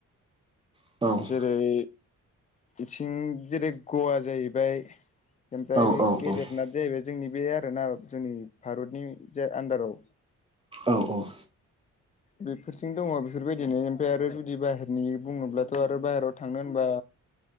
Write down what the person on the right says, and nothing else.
औ।
औ
औ
औ
औ औ।